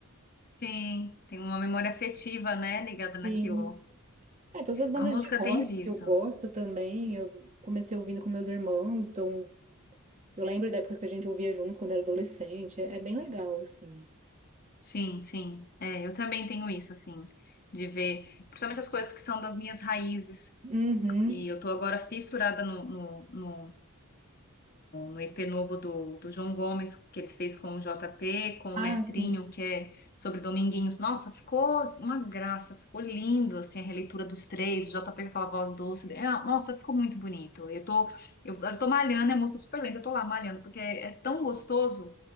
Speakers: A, on the left; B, on the right.
A: Sim, tem uma memória afetiva, né, ligada naquilo.
B: Sim. É, todas as bandas
A: A música
B: de rock
A: tem disso.
B: que eu gosto também, eu comecei ouvindo com meus irmãos, então eu lembro da época que a gente ouvia junto quando era adolescente, é, é bem legal assim.
A: Sim, sim. É, eu também tenho isso, assim, de ver, principalmente as coisas que são das minhas raízes.
B: Uhum.
A: E eu tô agora fissurada no, no, no, no IP novo do, do João Gomes, que ele fez com o JP, com
B: Ah,
A: o Mestrinho,
B: sim.
A: que é sobre Dominguinhos. Nossa, ficou uma graça, ficou lindo, assim, a releitura dos três, o JP com aquela voz doce. É, nossa, ficou muito bonito. Eu tô, eu, eu tô malhando, é música super lenta, eu tô lá malhando, porque é, é tão gostoso